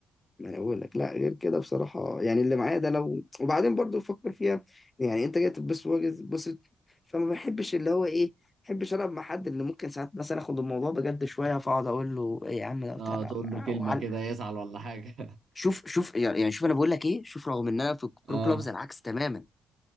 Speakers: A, on the left; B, on the right.
A: انا بقول لك لا غير كده بصراحه يعني اللي معايا ده لو وبعدين برضو فكر فيها يعني انت جاي تتبسط وجاي تتبسط فما بحبش اللي هو ايه ما بحبش العب مع حد اللي ممكن ساعات مثلا اخد الموضوع بجد شويه فاقعد اقول له ايه يا عم ده بتاع
B: اه
A: لا
B: تقول
A: ما-
B: له كلمة
A: وعلى-
B: كده يزعل ولا حاجة
A: شوف شوف يعني يعني شوف انا بقول لك ايه شوف رغم ان انا في
B: <laughs>
A: برو
B: اه
A: كلوبز العكس تماما